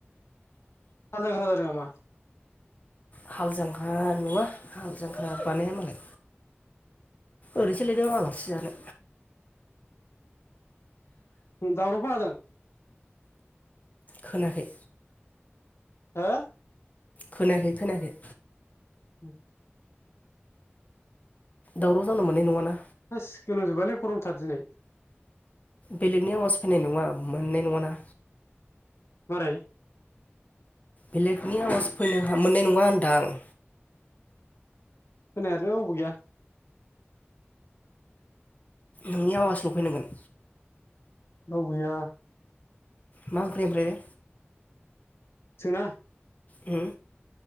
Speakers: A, on the left; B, on the left.
A: हालजांख्रा जादों नामा?
B: हालजांख्रा नुवा हाल जांख्रा बानाया मालाय। ओरैनोसो लिंदों आं आलासि जानो।
A: दावराव खोनादों।
B: खोनाखै।
A: हो?
B: खोनायाखै खोनायाखै।
A: उम
B: दावराव जानो मोननाय नङाना।
A: थोस गोलोमजोबायलै गरमथार दिनै।
B: बेलेगनि आवाज फैनाय नङा मोननाय नङाना
A: मारै?
B: बेलेगनि आवाज फैनो मोननाय नङा होनदां।
A: खोनायालै रावबो गैया।
B: नोंनि आवाजल' फैनांगोन।
A: नाव गैया।
B: मा ओंख्रि ओमफ्राय?
A: सोंना
B: हो